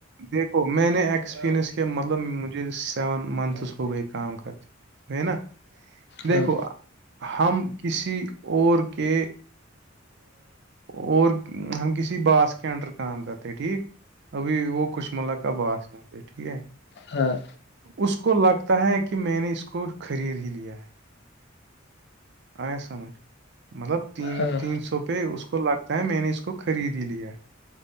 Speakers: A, on the right; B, on the left.
A: دیکھو میں نے ایک اسکپریئنس کیا مطلب مجھے سیون منتھس ہو گئی کام کرتے ہے نا دیکھو
B: ہاں
A: ہم کسی اور کے اور ہم کسی باس کے انڈر کام کرتے ٹھیک ابھی وہ کچ مل کا باس ہے ہوتے ٹھیک ہے
B: ہاں
A: اس کو لگتا ہے کہ میں نے اس کو خرید ہی لیا ہے آیا سمجھ مطلب
B: ہاں
A: س پہ اس کو لگتا ہے میں نے اس کو خرید ہی لیا ہے